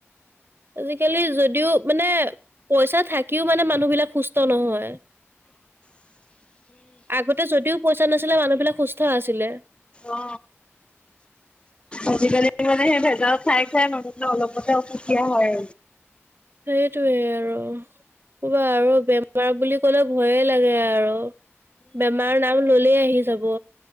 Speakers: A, on the right; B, on the left.
A: আজিকালি যদিও মানে পইচা থাকিও মানে, মানুহ বিলাক সুস্থ নহয়। আগতে যদিও পইচা নাছিলে, মানুহবিলাক সুস্থ আছিলে।
B: অ'। আজিকালি মানে, সেই ভেজাল খাই, খাই মানুহে অলপতে অসুখীয়া হয়।
A: সেইটোৱে আৰু, ক'বা আৰু বেমাৰ বুলি, ক'লে ভয়ে লাগে আৰু। বেমাৰ নাম ল'লে আহি যাব।